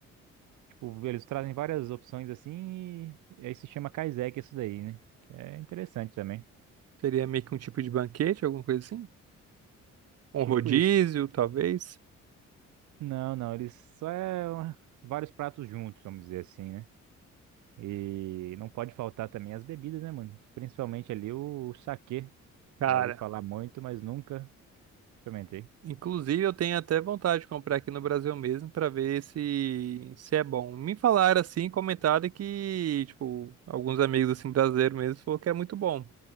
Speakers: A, on the right; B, on the right.
A: tipo eles trazem várias opções assim e aí se chama kaiseki isso daí, né? Que é interessante também.
B: Seria meio que um tipo de banquete, alguma coisa assim? Um
A: Tipo
B: rodízio,
A: isso.
B: talvez?
A: Não, não, eles só é uma- vários pratos juntos, vamos dizer assim, né? E não pode faltar também as bebidas, né, mano? Principalmente ali o, o saquê.
B: Cara,
A: Já ouvi falar muito, mas nunca experimentei.
B: inclusive eu tenho até vontade de comprar aqui no Brasil mesmo pra ver se se é bom. Me falaram assim, comentaram que, tipo, alguns amigos assim brasileiros mesmo falou que é muito bom.